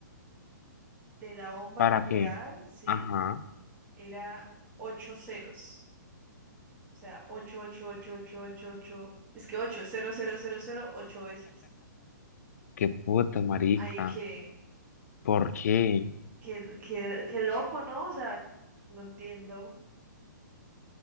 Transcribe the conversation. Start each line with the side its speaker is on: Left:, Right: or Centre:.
Right: de la bomba
Left: para
Right: nuclear,
Left: que,
Right: sí,
Left: ajá,
Right: era ocho ceros. O sea, ocho, ocho, ocho, ocho, ocho, ocho. Es que ocho, cero, cero, cero, cero, ocho veces.
Left: qué puta, marica,
Right: Ahí que,
Left: ¿por qué?
Right: que, que, que loco, ¿no? O sea, no entiendo.